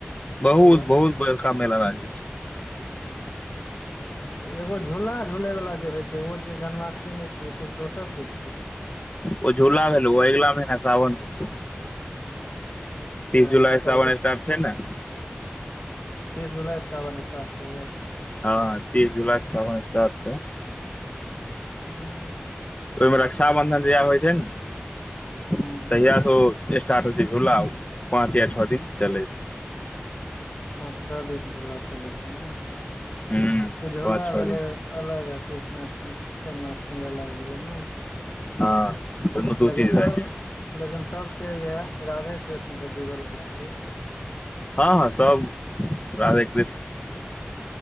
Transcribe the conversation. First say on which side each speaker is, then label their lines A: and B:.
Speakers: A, on the left; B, on the left.
A: बहुत
B: पूरा
A: बहुत बरका मेला लागे छैय
B: एगो झूला झूलैवला जे होइ छै ओ जे जन्माष्टमी नै छै ओ किछ दोसर चीज छियै
A: ओ झूला भेलो ओ अगला महिना सावन म
B: अच्छ
A: तीस जुलाई
B: <unintelligible>
A: सावन स्टार्ट छै ने
B: तीस जुलाई स सावन स्टार्ट छैेय अई बेर
A: हँ तीस जुलाई स सावन स्टार्ट छैय
B: हँ
A: ओइम रक्षााबंधन जहिया होइ छै न <inaudible>
B: ह्म
A: तहिया
B: ह
A: से ओ स्टार्ट होइ छैय झुला पाँच या छ दिन चलै छै
B: पाँच छ दिन झुला चलै छैय नै <inaudible>
A: ह
B: ई झुला
A: पाँच छओ
B: भेलै
A: दिन
B: अलग आ कृष्णाष्टमी जन्माष्टमी अलग भेलै न
A: हँ दुनू दू
B: लेकिन
A: चीज
B: सभ
A: भए गेलै
B: लेकिन सभ छैय इहै राधे कृष्ण स जुड़ल बला चीज
A: हँ हँ सब
B: <unintelligible>
A: राधे कृष्ण
B: हऽ